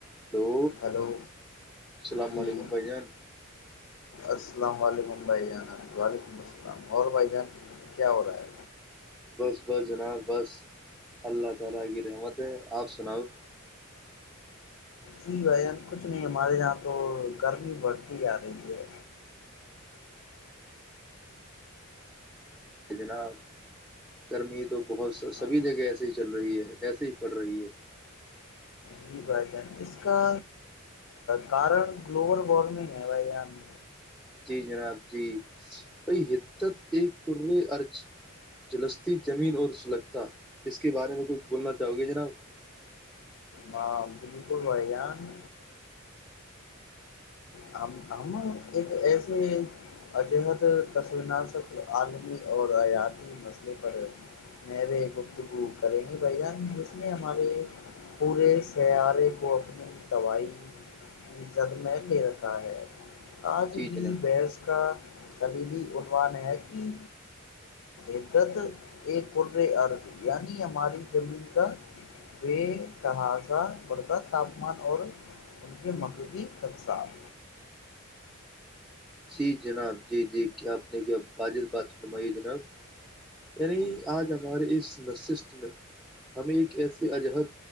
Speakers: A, in the centre; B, on the left.
A: hello
B: hello
A: السلام
B: جی
A: علیکم بھائی جان
B: السلام علیکم بھائی ج وعلیکم السلام اور بھائی جان کیا ہو رہا ہے
A: بس بس جناب بس اللہ تعالی کی رحمت ہے آپ سناؤ
B: جی بھائی جان کچھ نہیں ہمارے یہاں تو گرمی بڑھتی آ رہی ہے
A: ب جناب گرمی تو بہت
B: ہاں
A: سبھی جگہ ایسے ہی چل رہی ہے ایسے ہی پڑ رہی ہے
B: جی بھائی جان اس کا کارن گلوبل وارمنگ ہے بھائی جان
A: جی جناب جی بئی حدت ایک کرل ارج جلسی زمین اور سلجتا اس کے بارے میں کچھ بولنا چاہو گے جناب
B: ہاں بالکل بھائی جان ہم ہم ایک ایسے عجہد تسناسک عالمی اور حیاتی مسئلے پر نب گفتگو کریں گے بھائی جان جس نے ہمارے پورے سیارے کو اپنی دوائی عزت میں لے رکھا ہے آج
A: جی
B: بھی
A: جناب
B: بحث کا کلیدی عنوان ہے کہ عت ایک ارد یعنی ہماری زمین کا بے تہذا بردہ تاپمان اور ان کے مغربی خدسات
A: جی جناب جی جی کیا آپ نے کیا واجح بات فرمائی جناب یعنی آج ہمارے اس نشست میں ہمیں ایک ایسے عجہب